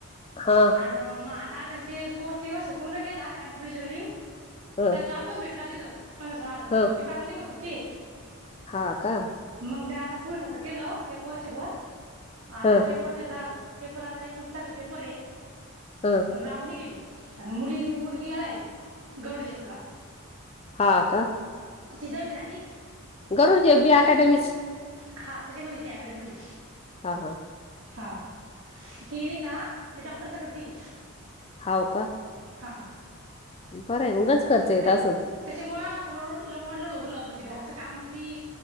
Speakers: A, on the left; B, on the right.
A: हा
B: आणि मग आता ते कोर्स तीन वर्षे पूर्ण केला कॅम्प्युटर इंजिनिअरिंग
A: ह
B: त्याला जॉब आपण भेटला तीथ पंधरा सोळा हजार रुपया
A: ह
B: पण ती कराला नाही म्हणतो ती,
A: हा का
B: मग ते आता पुडच्याच असं केलं एक वर्षभर आता
A: ह
B: पेप पुढच्याच पेपर आता एकोणीस तारखेला पेपर ये -
A: हा.
B: राऊंडने गेली आणि मुलीने मुलगी आहे गरुड झेपला
A: हा का
B: ती दहावी झाली
A: गरुड झेप बी अकॅडमीच
B: हा त्याची मुलगी त्या अकॅडमी मधी-
A: हा हा
B: हा ती बी का डॉक्टरच करती
A: हाव का.
B: हा
A: बरं आहे म उगच खर्च येत
B: त्याच्या
A: असंल.
B: त्याच्यामुळे आ असं ओढ ओढलड उरलं म्हणजे घरचं काम बी